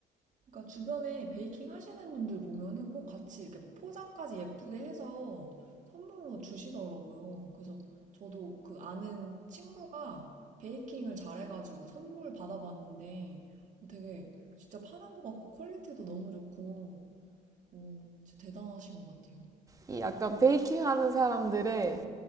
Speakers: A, on the right; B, on the right.
A: 그러니까 주변에 베이킹 하시는 분들 보면은 꼭 같이 이렇게 막 포장까지 예쁘게 해서 선물로 주시더라고요 그래서 저도 그 아는 친구가 베이킹을 잘해가지고 선물 받아봤는데 어, 되게 진짜 파는 것 같고 퀄리티도 너무 좋고 오 진짜 대단하신 것 같아요.
B: 이 약간 베이킹 하는 사람들의